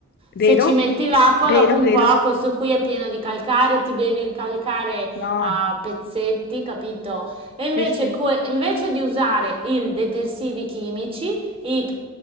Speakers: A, on the left; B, on the right.
A: vero?
B: Se ci metti l'acqua,
A: Vero,
B: dopo un
A: vero.
B: po', questo qui è pieno di calcare, ti bevi il calcare
A: No,
B: a pezzetti, capito? E invece,
A: sì, sì.
B: que- invece di usare i detersivi chimici, i, i-